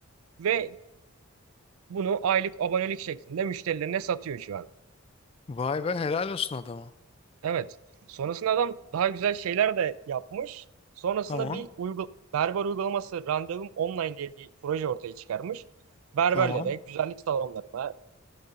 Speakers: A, on the right (about 75°); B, on the left (about 25°).
A: ve bunu aylık abonelik şeklinde müşterilerine satıyor şu an.
B: Vay be helal olsun adama.
A: Evet. Sonrasında adam daha güzel şeyler de yapmış. Sonrasında
B: Tamam.
A: bir uygul berber uygulaması Randevum Online diye bir proje ortaya çıkarmış. Berberlere,
B: Tamam.
A: güzellik salonlarına,